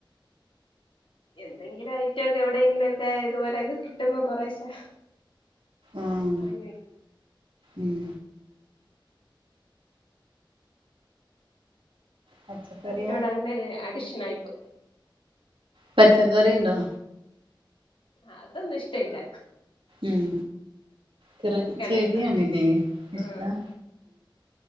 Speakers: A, on the left; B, on the right.
A: എന്തെങ്കിലും ഐറ്റം ഒക്കെ എവിടെയെങ്കിലും ഒക്കെ ഇതുപോലെയൊക്കെ കിട്ടുമ്പോ കൊറേശെ
B: ആഹ്
A: ആാഞ്ഞോയ്
B: ഉം പച്ചക്കറിയോ
A: അതിന്റോട് അങ്ങനെ അടിഷ് നായ്പ്
B: പച്ചക്കറിണ്ടോ
A: അതൊന്നു ഇഷ്ടല്ല
B: ഉം ക്റെ ചെടിയാണുലെ
A: ഇഷ്ടം
B: ഇഷ്ടം
A: ആഹ്